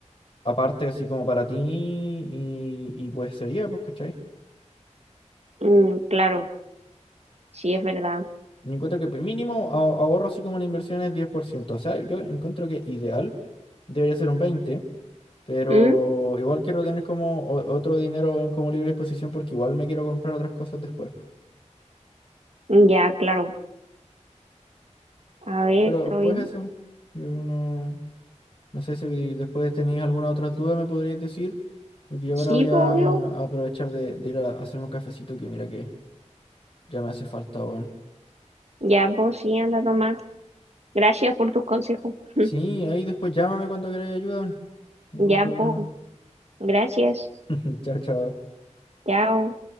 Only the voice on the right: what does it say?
mm, claro, sí, es verdad.
Mm,
ya, claro. A ver,
estoy...
Sí,
pues
obvio.
Ya, pues sí, anda a tomar. Gracias por tus consejos. <laughs>
Ya,
pues. Gracias.
Chao.